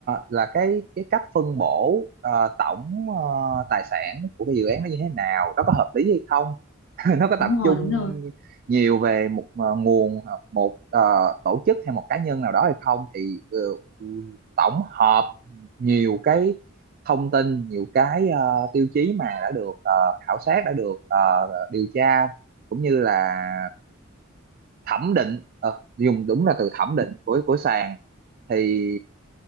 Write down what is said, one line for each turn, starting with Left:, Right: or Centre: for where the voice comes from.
Right: là cái cái cách phân bổ ờ, tổng ờ, tài sản của cái dự án nó như thế nào nó có hợp lý hay không <laughs> nó có
Left: Đúng
Right: tập
Left: rồi,
Right: trung
Left: đúng rồi.
Right: nhiều về một ờ, nguồn hoặc một ờ, tổ chức hay một cá nhân nào đó hay không thì ờ, tổng hợp nhiều cái thông tin nhiều cái ờ, tiêu chí mà đã được ờ, khảo sát đã được ờ, điều tra cũng như là thẩm định ờ, dùng đúng là từ thẩm định của của sàn thì